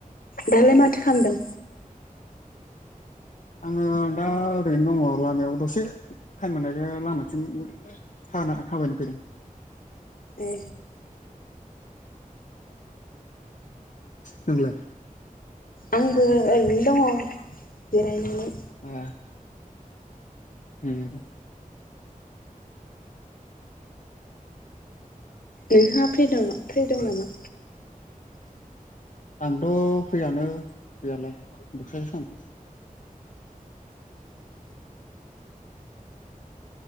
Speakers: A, on the left (about 75°); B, on the left (about 55°).
A: दालाइ माथो खालाम दों
B: आङो दा ओरैनो दङ लामायाव दसे टाइम मोननायजों लामाथिं थाना थाबायनो फैदों।
A: ए
B: नोंलाय
A: आंबो ओरैनो दङ' जिरायनानै
B: ए उम
A: नोंथाङा फ्रि दं फ्रि दं नामा?
B: आंथ' फ्रियानो दालाय दसे सम